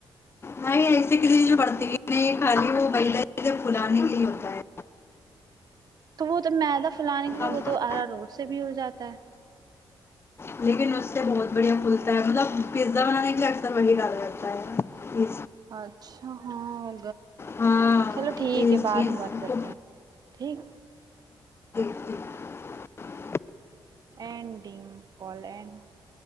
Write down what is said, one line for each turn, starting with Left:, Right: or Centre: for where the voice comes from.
Left: نہیں ایسے کسی جو پڑتی ہے نہیں خالی وہ پہل ج جہ پھلانے کے لی ہوتا ہے
Right: تو وہ <inaudible> تو میدہ پلانے کے لیے
Left: اب
Right: وہ تو آرا روڈ سے بھی ہو جاتا ہے
Left: لیکن اس سے بہت بڑھیا پھلتا ہے مطلب پیزا بنانے کے لیے اکثر وہی ڈال رہتا ہے
Right: اچھا ہاں
Left: ہاں
Right: چلو ٹھیک
Left: ایسٹ
Right: ہے بعد
Left: چیز
Right: میں بات کرتے
Left: کو
Right: ہیں ٹھیک
Left: ج <unintelligible>
Right: اینڈنگ کالینڈ <inaudible>